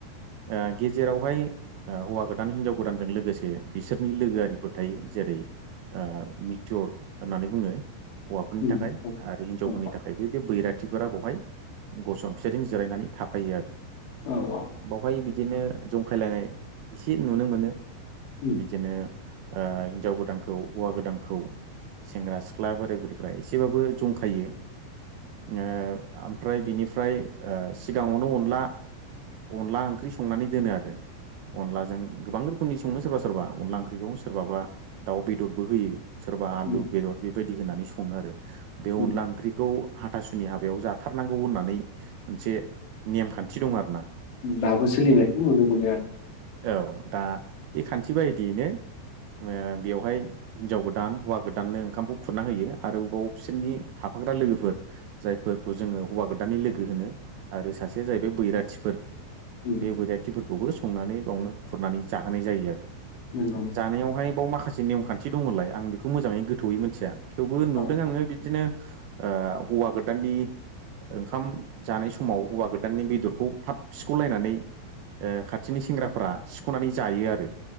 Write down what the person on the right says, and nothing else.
ओ गेजेरावहाय ओ हौवा गोदान हिनजाव गोदानजों लोगोसे बिसोरनि लोगोआरिफोर थायो जेरै ओ मिटिर होननानै बुङो हौवाफोरनि
थाखाय
आरो
हिन्जावफोरनि थाख <unintelligible> बैराथिफोरा बावहाय गसं बिसोरजों जिरायनानै थाफायो आरो
बावहाय बिदिनो जंखायलायनाय एसे नुनो मोनो
बिदिनो ओ हिनजाव गोदानखौ हौवा गोदानखौ सेंग्रा सिख्ला बोराय बुरिफ्रा एसेबाबो जंखायो ओ आमफ्राय बिनिफ्राय ओ सिगाङावनो अनला अनला ओंख्रि संनानै दोनो आरो अनलाजों गोबां रोखोमनि सङो सोरबा सोरबा अनला ओंख्रिखौ सोरबाबा दाउ बेदरबो होयो सोरबा आलु
बेदर बेबायदि होनानै सङो आरो बे
अनला ओंख्रिखौ हाथासुनि हाबायाव जाथारनांगौ होननानै मोनसे नेमखान्थि दं आरो ना
औ दा बे खान्थि बायदियैनो ओ बेवहाय हिन्जाव गोदान हौवा गोदाननो ओंखामखौ खुरना होयो आरो बाव बिसोरनि थाफाग्रा लोगोफोर जायफोरखौ जोङो हौवा गोदानानि लोगो होनो आरो सासेया जाहैबाय बैराथिफोर
बे बैराथिफोरखौबो संनानै बावनो खुरनानै जाहोनाय जायो आरो
जानायावहाय बाव माखासे नेमखान्थि दङलाय आं बेखौ मोजाङै गोथौयै मिथिया थेवबो
नुदों
आङो बिदिनो ओ हौवा गोदाननि ओंखाम जानाय समाव हौवा गोदाननि बेदरखौ थाब सिख'लायनानै ओ खाथिनि सेंग्राफ्रा सिख'नानै जायो आरो